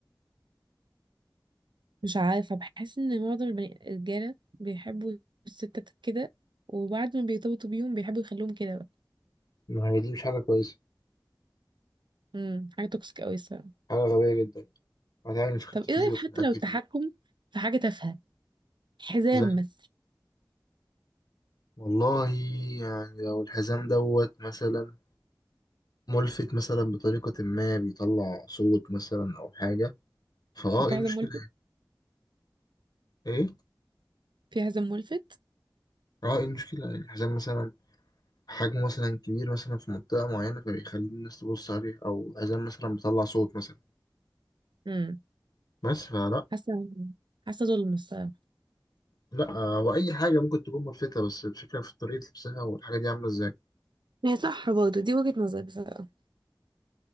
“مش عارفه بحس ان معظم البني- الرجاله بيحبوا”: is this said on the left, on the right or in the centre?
Right